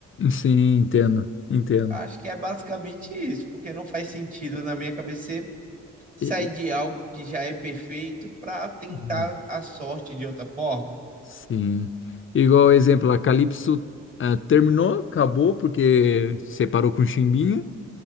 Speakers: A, on the left (about 40°); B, on the right (about 25°).
A: sim, entendo, entendo.
B: Acho que é basicamente isso, porque não faz sentido na minha cabeça sair
A: E- e-
B: de algo que já é perfeito para tentar
A: hum,
B: a sorte de outra forma.
A: sim. Igual exemplo, a Calypso ah, terminou, acabou porque separou com o Chimbinha,